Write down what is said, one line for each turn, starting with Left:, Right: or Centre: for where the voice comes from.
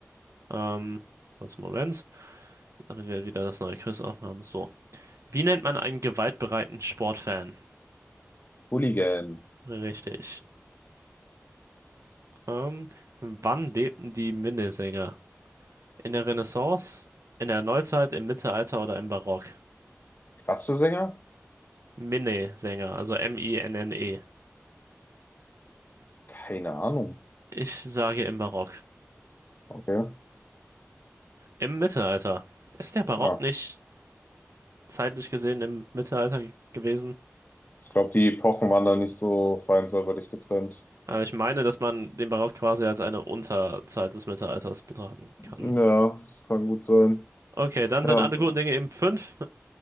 Right: Ähm, kurz einen Moment, damit wir wieder das neue Quiz aufhaben. So. Wie nennt man einen gewaltbereiten Sportfan?
Left: Hooligan.
Right: Richtig. Ähm, wann lebten die Minnesänger? In der Renaissance, in der Neuzeit, im Mittelalter oder im Barock?
Left: Was für Sänger?
Right: Minnesänger, also M-I-N-N-E.
Left: Keine Ahnung.
Right: Ich sage im Barock.
Left: Okay.
Right: Im Mittelalter. Ist der Barock
Left: Ah.
Right: nicht zeitlich gesehen im Mittelalter g- gewesen?
Left: Ich glaube, die Epochen waren da nicht so fein säuberlich getrennt.
Right: Also ich meine, dass man den Barock quasi als eine Unterzeit des Mittelalters betrachten kann.
Left: Ja, das kann gut sein.
Right: Okay, dann
Left: Ja,
Right: sind alle
Left: dann-
Right: guten Dinge eben fünf.